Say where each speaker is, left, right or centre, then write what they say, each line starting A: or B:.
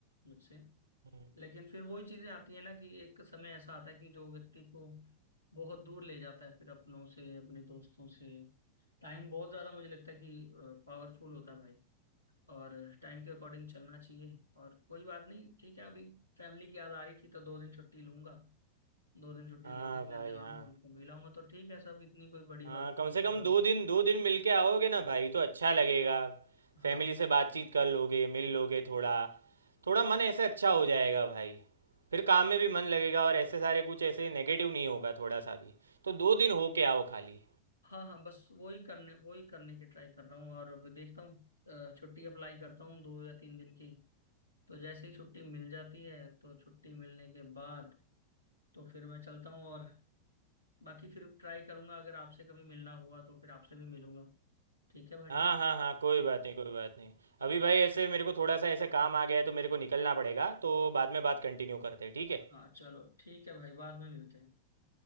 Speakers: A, on the left; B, on the right.
A: मुझसे
B: हम्म।
A: लेकिन फिर वही चीज़ें आती हैं ना कि एक समय ऐसा आता है कि जो व्यक्ति को बहुत दूर ले जाता है फिर अपनों से अपने दोस्तों से टाइम बहुत ज़्यादा मुझे लगता है कि पावरफुल होता है भाई और टाइम के अकॉर्डिंग चलना चाहिए और कोई बात नहीं ठीक है अभी फैमिली की याद आ रही थी तो दो दिन छुट्टी लूंगा दो दिन छुट्टी
B: हाँ
A: लेके घर
B: भाई
A: जाऊंगा
B: हाँ
A: उनको मिलाऊंगा तो ठीक है सब इतनी कोई बड़ी
B: हाँ
A: बात
B: कम
A: नहीं
B: से कम
A: है और
B: दो दिन दो दिन मिलके आओगे ना भाई तो अच्छा लगेगा
A: हाँ
B: फैमिली से बातचीत कर लोगे मिल लोगे थोड़ा थोड़ा मन ऐसे अच्छा हो जाएगा भाई फिर काम में भी मन लगेगा और ऐसे सारे कुछ ऐसे नेगेटिव नहीं होगा थोड़ा सा भी तो दो दिन होके आओ खाली
A: हाँ हाँ बस वही करने वही करने की ट्राई कर रहा हूँ और अभी देखता हूँ अ, छुट्टी अप्लाई करता हूँ दो या तीन दिन की तो जैसे ही छुट्टी मिल जाती है तो छुट्टी मिलने के बाद तो फिर मैं चलता हूँ और बाकी फिर ट्राई करूंगा अगर आपसे कभी मिलना हुआ तो फिर आपसे भी मिलूंगा ठीक है भाई
B: हाँ हाँ हाँ कोई बात नहीं कोई बात नहीं अभी भाई ऐसे मेरे को थोड़ा सा ऐसे काम आ गया है तो मेरे को निकलना पड़ेगा तो बाद में बात कंटिन्यू करते हैं ठीक है
A: हाँ चलो ठीक है भाई बाद में मिलते हैं